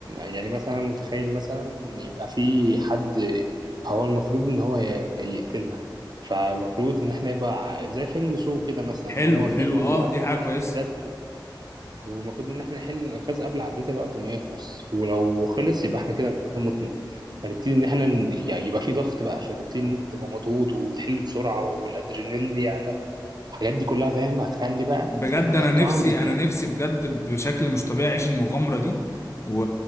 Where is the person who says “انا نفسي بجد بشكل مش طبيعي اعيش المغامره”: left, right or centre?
Left